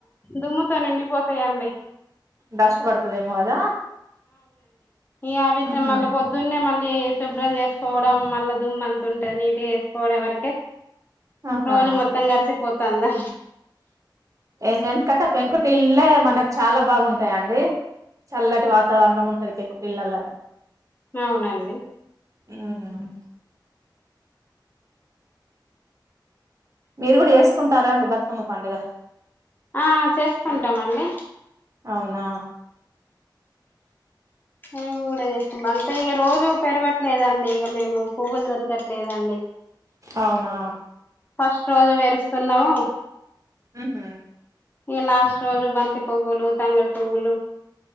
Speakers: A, on the left (about 25°); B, on the right (about 40°).
A: దుమ్ముతో నిండిపోతాయండి
B: డస్ట్ పడుతది ఏమో కదా
A: ఈ అవితే
B: ఉహు
A: మళ్ళ పొద్దున్నే మళ్ళీ శుభ్రం చేసుకోవడం మళ్ళా దుమ్మ అంత ఉంటాంది నీటుగా చేసుకోవడం వరకే
B: ఆహా
A: రోజు మొత్తం గడిచిపోతాందా
B: ఏంది వెనాకట పెంకుటీలులే మనకు చాలా బాగుంటాయంండి చల్లటి వాత వాతావరణం ఉంటది పెంకుటిల్లల్లోనే
A: అవునండి
B: ఉమ్మ్ మీరు కూడా చేసుకుంటారాండి బతుకమ్మ పండుగ
A: ఆ చేసుకుంటామండి
B: అవునా
A: మేము కూడా చేస్తాం అంతే ఇక రోజు పెరవట్లేదండి ఇక మేము పువ్వులు దొరకట్లేదండి
B: అవునా
A: ఫస్ట్ రోజు పేరుస్తున్నాము
B: మ్మ్ఉహ్మ్
A: ఇగ లాస్ట్ రోజు బంతి పువ్వులు తంగడి పువ్వులు